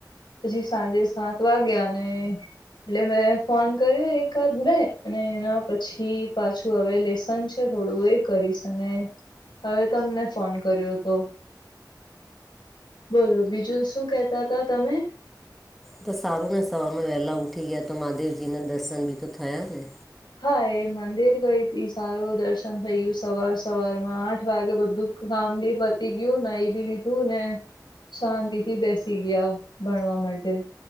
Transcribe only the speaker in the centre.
તો સારું ને સવારમાં વહેલા ઊઠી ગયા તો મહાદેવજીના દર્શન બી તો થયા ને.